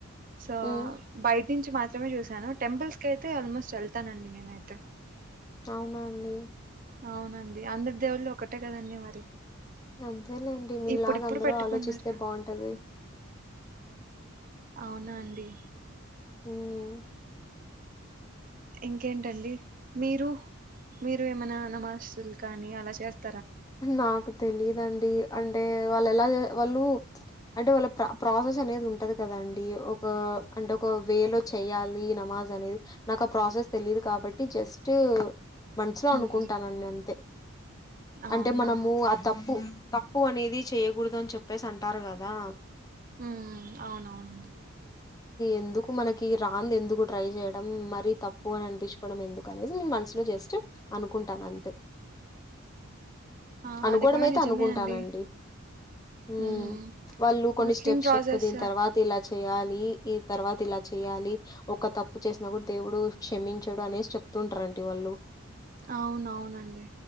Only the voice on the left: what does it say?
హ్మ్
అవునా అండి
అంతేలేండి మీలాగ
అందరు
ఆలోచిస్తే బాంటది
హ్మ్
నాకు తెలిదండి అంటే వాళ్ళు ఎలా వాళ్ళు అంటే వాళ్ళ ప్రాసెస్ అనేది ఉంటది కదాండి ఒక అంటే ఒక వే లో చెయాలి నమాజ్ అనేది నాకు ఆ ప్రాసెస్ తెలియదు కాబట్టి జస్ట్ మనసులో
అనుకుంటానండి అంతే
అంటే మనము ఆ త ప్పు తప్పు అనేది చేయకూడదు అని చెప్పేసి అంటారు కదా
ఎందుకు మనకి రాంది ఎందుకు ట్రై చేయడం మరి తప్పు అని అనిపించుకోవడం ఎందుకు అనే నేను మనసులో జస్ట్ అనుకుంటాను అంతే
అనుకోవడం
అయితే
అనుకుంటానండి
హ్మ్
వాళ్ళు కొన్ని
స్టెప్స్
చెప్తే దీని తర్వాత ఇలా చేయాలి ఇ తర్వాత ఇలా చేయాలి ఒక తప్పు చేసినా కూడా దేవుడు క్షమించడు అనేసి చెప్తుంటారుంట వాళ్ళు